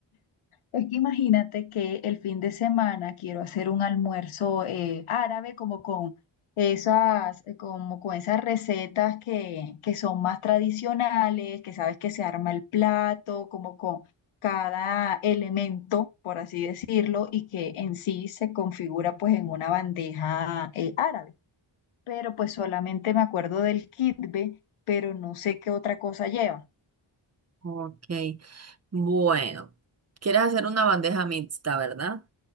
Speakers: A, on the left (about 85°); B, on the right (about 30°).
A: Es que imagínate que el fin de semana quiero hacer un almuerzo eh, árabe como con esas, eh, como con esas recetas que, que son más tradicionales, que sabes que se arma el plato, como con cada elemento, por así decirlo, y que en sí se configura pues en una bandeja eh, árabe. pero pues solamente me acuerdo del kitbe, pero no sé qué otra cosa lleva.
B: Ok, bueno, quieres hacer una bandeja mixta, ¿verdad?